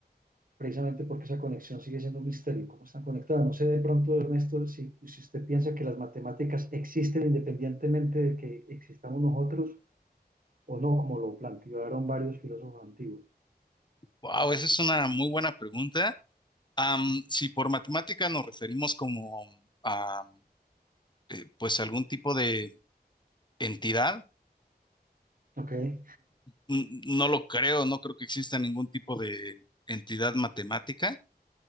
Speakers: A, on the right; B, on the left.
A: precisamente porque esa conexión sigue siendo un misterio, cómo están conectadas. No sé de pronto, Ernesto, si, si usted piensa que las matemáticas existen independientemente de que existamos nosotros o no, como lo plantearon varios filósofos antiguos.
B: Wow, esa es una muy buena pregunta. Am, si por matemática nos referimos como a eh, pues algún tipo de entidad,
A: Ok, <laughs>
B: n- no lo creo, no creo que exista ningún tipo de entidad matemática,